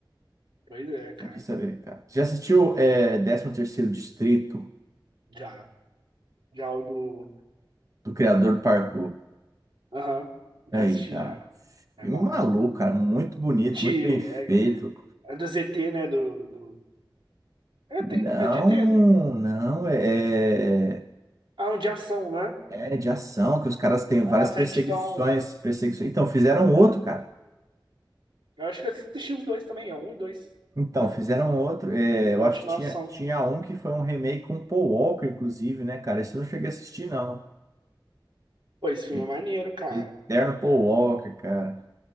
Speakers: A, on the right (about 75°); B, on the right (about 40°).
A: Pois é, cara.
B: não quis saber, cara. Você já assistiu
A: É.
B: é, 13º Distrito,
A: Já. Já o do.
B: do criador do Parkour?
A: Aham.
B: Aí,
A: Já assisti
B: cara,
A: já. É
B: filme
A: bom,
B: maluco,
A: é bom.
B: cara, muito bonito,
A: De.
B: muito bem feito.
A: É, é do ZT, né? Do, do... É,
B: Não,
A: tem, é de ET. né?
B: não, é, é
A: Ah, um de ação, né?
B: é de ação, que os caras têm
A: Nossa,
B: várias perseguições,
A: é antigão.
B: perseguições. Então, fizeram outro, cara.
A: Eu acho que eu assisti os dois também, é um e dois.
B: Então,
A: Deve
B: fizeram
A: ter sido
B: outro. é,
A: a
B: eu
A: continuação.
B: acho que tinha, tinha um que foi um remake com Paul Walker, inclusive, né, cara? Esse eu não cheguei a assistir, não.
A: Pô, esse filme
B: E-
A: é maneiro, cara.
B: Eterno Paul Walker, cara.